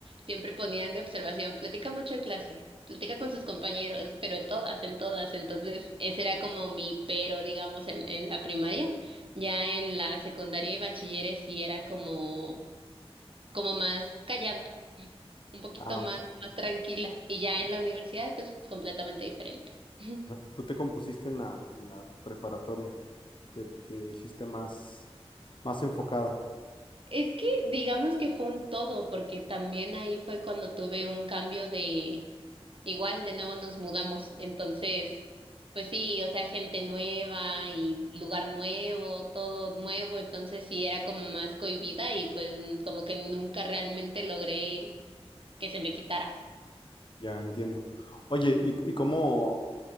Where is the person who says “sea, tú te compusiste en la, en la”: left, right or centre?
Left